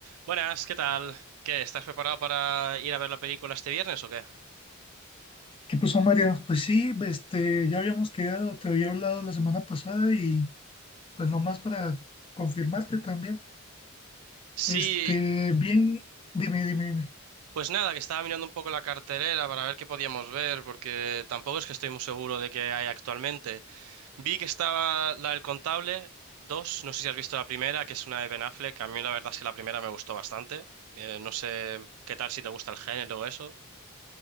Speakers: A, on the right; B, on the left.
A: Buenas, ¿qué tal? ¿Qué? ¿Estás preparado para ir a ver la película este viernes o qué?
B: ¿Qué pasó, María? Pues sí, este, ya habíamos quedado, te había hablado la semana pasada y pues nomás para confirmarte también.
A: Sí,
B: Este, bien, dime, dime, dime.
A: pues nada, que estaba mirando un poco la cartelera para ver qué podíamos ver, porque tampoco es que estoy muy seguro de qué hay actualmente. Vi que estaba la del Contable 2, no sé si has visto la primera, que es una de Ben Affleck, a mí la verdad es que la primera me gustó bastante. Eh, no sé qué tal si te gusta el género o eso.